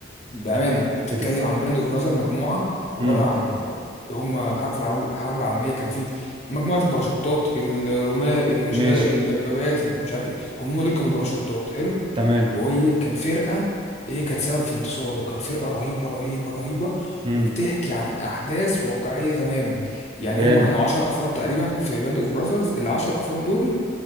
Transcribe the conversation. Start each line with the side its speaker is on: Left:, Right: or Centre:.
Left: بأمانة هي بتتكلم
Right: بتك
Left: عن باند اوف براذر مجموعة عبارة
Right: امم
Left: عن هما الحرب العرب... الحرب العالمية كان فيه مجموعة الباراشوتات الرماة المشاة
Right: ماشي
Left: الدبابات مش عارف ايه هم دول كانوا باراشوتات حلو
Right: تمام
Left: وهي كان فرقة هي كانت سبب في انتصار وكانت فرقة رهيبة رهيبة رهيبة
Right: امم
Left: وبتحكي عن أحداث واقعية تماما يعني
Right: جامد
Left: هم كانوا 10 أفراد تقريبا في باند اوف براذرز العشر أفراد دول